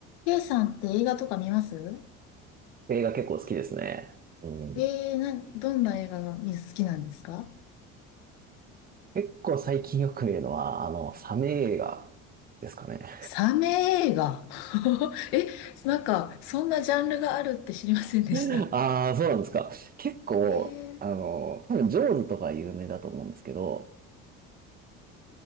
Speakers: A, on the left (about 90°); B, on the right (about 30°).
A: K さんって映画とか見ます
B: 映画結構好きですね。うん。
A: えー、な、どんな映画が好きなんですか
B: 結構最近よく見るのは、あの、サメ映画ですかね。
A: サメ映画 <laughs> え、なんか、そんなジャンルがあるって知りませんでした。
B: <laughs> ああ、そうなんですか。結構、
A: えー、
B: あの、多分、ジョーズとか有名だと思うんですけど、